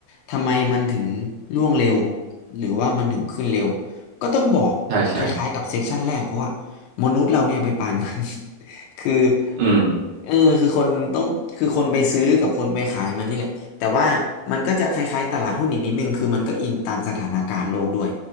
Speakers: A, on the left; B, on the right.
A: ทำไมมันถึงร่วงเร็วหรือว่ามันถึงขึ้นเร็วก็ต้องบอกคล้ายๆกับเซกชันแรกเพราะว่า
B: ใช่ใช่
A: มนุษย์เราเนี่ยไปปันมัน <laughs> คือ
B: อืม
A: เออคือคนต้องคือคนไปซื้อกับคนไปขายมันนี่แหละแต่ว่ามันก็จะคล้ายๆตลาดหุ้นอีกนิดนึงคือมันก็อิงตามสถานการณ์โลกด้วย